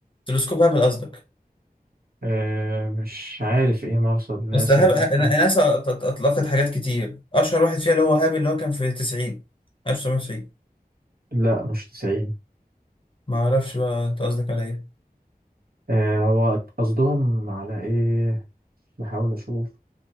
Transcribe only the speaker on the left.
تلسكوب هابل قصدك
بس هابل أنا-
ناسا أط- أط- أطلقت حاجات كتير أشهر واحد فيها اللي هو هابل اللي هو كان في 90 1990
ما أعرفش بقى أنت قصدك على إيه